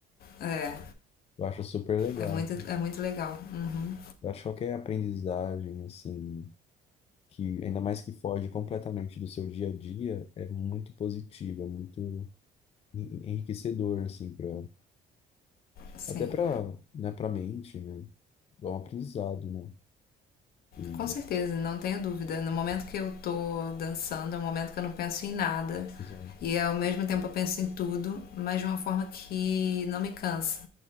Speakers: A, on the left; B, on the left.
A: É,
B: Eu acho super legal.
A: é muito, é muito legal. Uhum,
B: Eu acho qualquer aprendizagem, assim, que ainda mais que foge completamente do seu dia a dia, é muito positiva, é muito en- enriquecedor, assim, pra,
A: sim.
B: até pra, né, pra mente, né? É um aprendizado, né? E,
A: Com certeza, não tenho dúvida. No momento que eu tô dançando, é um momento que eu não penso em nada.
B: exato.
A: E ao mesmo tempo eu penso em tudo, mas de uma forma que não me cansa.